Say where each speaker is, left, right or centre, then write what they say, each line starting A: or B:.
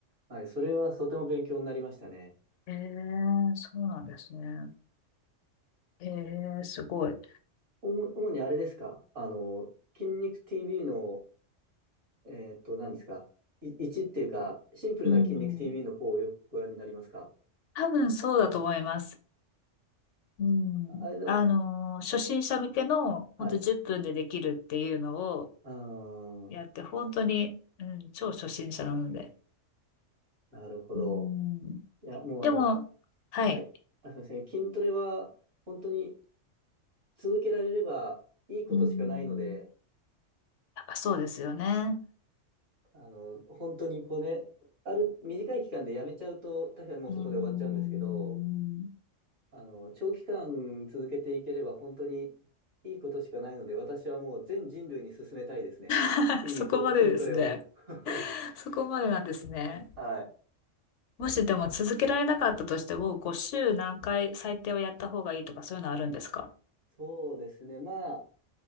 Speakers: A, on the right; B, on the left.
A: はい、それはとても勉強になりましたね。
B: えー、そうなんですね。えー、すごい。
A: 主主にあれですかあの、筋肉 TV の、えーっと、何ですかい、1っていうか、シンプルな筋肉
B: うん。
A: TV の方をよくご覧になりますか
B: 多分そうだと思います。うん。
A: あれの、
B: あのー、初心者向けの、
A: はい。
B: ほんと10分でできるっていうの
A: あー、
B: やって、本当に、うん、超初心者なので。
A: なるほど。
B: うん。
A: いや、もうあの、
B: でも、
A: き
B: はい。
A: はい。あ、すみません。筋トレは本当に続けられればいいことしかないので、
B: うん。やっぱそうですよね。
A: あの、本当にこうね、ある短い期間でやめちゃうと、確かにもうそこで終わっちゃうんですけど、
B: うん。
A: あの、長期間続けていければ本当にいいことしかないので、私はもう全人類に勧めたいですね。
B: <laughs>
A: 筋肉を、
B: そこまでですね。
A: 筋トレを。<laughs>
B: そこまでなんですね。
A: はい。
B: もしでも続けられなかったとしても、こう週何回最低はやった方がいいとかそういうのあるんですか
A: そうですね。まあ、